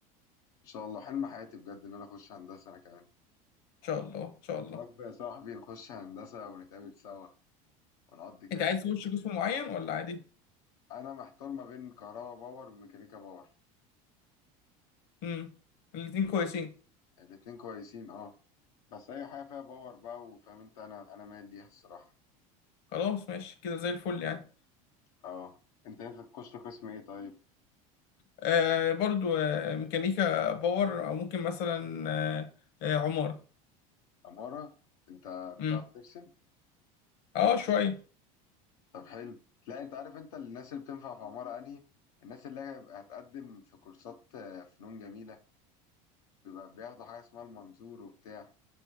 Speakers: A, on the left (about 90°); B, on the left (about 60°).
A: إن شاء الله حلم حياتي بجد إن أنا أخش هندسة أنا كمان
B: ان شاء الله ان شاء الله
A: يا رب يا صاحبي نخش هندسة ونتقابل سوا ونقضي كده
B: انت عايز
A: سنة
B: تخش قسم معين
A: مع بعض.
B: ولا عادي
A: أنا محتار ما بين كهربا باور وميكانيكا باور
B: امم الاتنين كويسين
A: الاتنين كويسين أه بس اي حاجه فيها باور بقى وفاهم انت انا انا مايل ليها الصراحه
B: خلاص ماشي كده زي الفل يعني
A: اه انت نفسك تخش قسم ايه طيب
B: آه برضو آه ميكانيكا باور او ممكن مثلا آه آه عمارة
A: عماره انت
B: امم
A: بتعرف ترسم
B: اه شوية
A: طب حلو لا انت عارف انت الناس اللي بتنفع في عماره انهي الناس اللي هيبقى هتقدم في كورسات آه، فنون جميله بيبقى بياخدوا حاجه اسمها المنظور وبتاع